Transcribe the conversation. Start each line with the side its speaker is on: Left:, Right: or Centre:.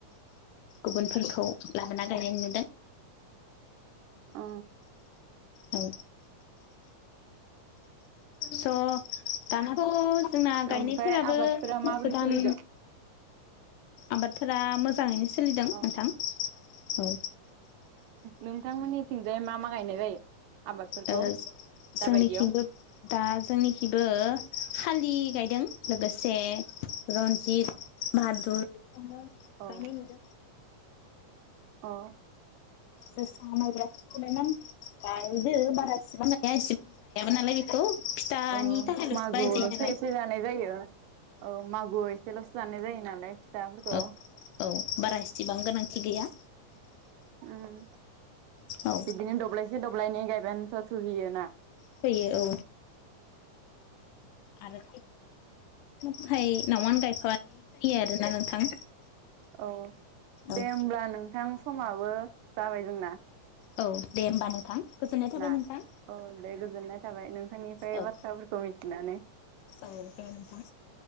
Left: गुबुनफोरखौ लाबोना गायनाय नुदों।
Right: अ।
Left: औ स'। दानाथ' जोंना गायनायफोराबो
Right: ओमफ्राय आबादफोरा माबोरै
Left: गोदान
Right: सोलिदों
Left: आबादफोरा मोजाङैनो सोलिदों
Right: अ
Left: नोंथां औ।
Right: नोंथांमोननिथिंजाय मा मा गायनाय जायो? आबादफोरखौ
Left: ओ जोंनिखिंबो
Right: दाबायदियाव
Left: दा जोंनिखैबो खालि गायदों लोगोसे रन्जित बाहादुर अ
Right: अ
Left: गायनाय नुदों
Right: अ
Left: जोसा मायब्रा <unintelligible> गायदों बारा बेसेबां गाया इसेबां गायाब नालाय बेखौ फिथानि
Right: अ
Left: थाखायल'सो
Right: मागोआवल'सो
Left: बानाय जायो नालाय
Right: एसे जानाय जायो औ मागोआव एसेल'सो जानाय जायो नालाय फिथाफोरखौ
Left: औ औ बारा इसिबां गोनांथि गैया
Right: ओम
Left: औ
Right: बिदिनो दब्लायसे दब्लायनै गायबानोथ' थुहैयो ना
Left: थोयो औ आरो <unintelligible> न'वावनो गायफानाय जायो आरोना नोंथां
Right: औ दे
Left: औ
Right: होमब्ला नोंथां समाबो जाबाय जोंना
Left: औ दे होमबा नोंथां गोजोननाय थाबाय
Right: ना
Left: नोंथां
Right: औ दे गोजोननाय थाबाय नोंथांनिफ्राय
Left: औ
Right: बाथ्राफोरखौ मिथिनानै
Left: औ दे नोंथां